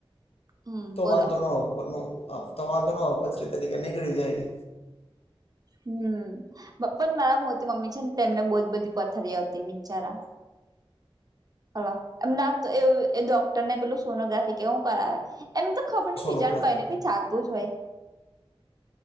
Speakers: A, on the right (about 40°); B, on the left (about 75°).
A: હમ
B: તો
A: બોલો
B: વાંધો ન હો પણ તો વાંધો ન હો પથરી તરીકે નીકળી જાય.
A: હમ્મ. પણ મારા મોતી મમ્મી છે ને તેમને બહુ જ બધી પથરી હતી બિચારા હલો એમ ના તો એ એ ડોક્ટરને પેલું સોનોગ્રાફી કે હું કરાવે એમ તો ખબર નય
B: સોનોગ્રાફી
A: બીજાનું કઈ ને કઈ ચાલતું જ હોય